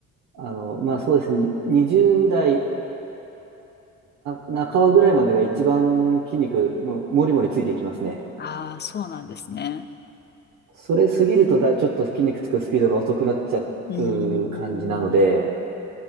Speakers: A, on the right; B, on the left.
A: あのまあそうですね、に20代な半ばぐらいまでが一番筋肉、もうもりもりついていきますね。
B: ああ、そうなんですね。
A: それ過ぎるとだい、ちょっと筋肉つくスピードが遅くなっちゃう感じなので、
B: うーん。